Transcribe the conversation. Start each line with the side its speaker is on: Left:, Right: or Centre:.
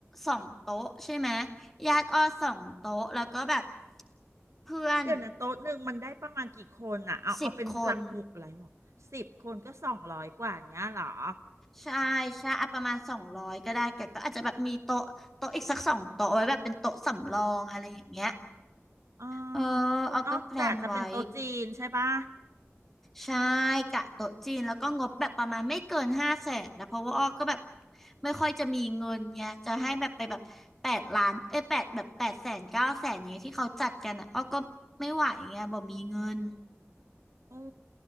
Centre: สองโต๊ะใช่ไหมญาติอ้อสองโต๊ะแล้วก็แบบเพื่อน
Right: เดี๋ยวนะโต๊ะหนึ่งมันได้ประมาณกี่คนอ่ะเอาเอาเป็นหลักหุอะไรวะสิบคนก็สองร้อยกว่าอย่างเงี้ยเหรอ
Centre: สิบคนใช่ใช่อ่ะประมาณสองร้อยก็ได้แกก็อาจจะแบบมีโต๊ะโต๊ะอีกสักสองโต๊ะไว้แบบเป็นโต๊ะสำรองอะไรอย่างเงี้ย
Right: เออ
Centre: เออ
Right: คุณอ้อกะจะเป็นโต๊ะจีนใช่ปะ
Centre: เอาก็แพลนไว้ ใช่กะโต๊ะจีนแล้วก็งบแบบประมาณไม่เกินห้าแสนนะเพราะว่าอ้อก็แบบไม่ค่อยจะมีเงินไงจะให้แบบไปแบบแปดล้านเอ้ยแปดแบบแปดแสนเก้าแสนเนี้ยที่เขาจัดกันอ่ะอ้อก็ไม่ไหวไงบ่มีเงิน
Right: โอ้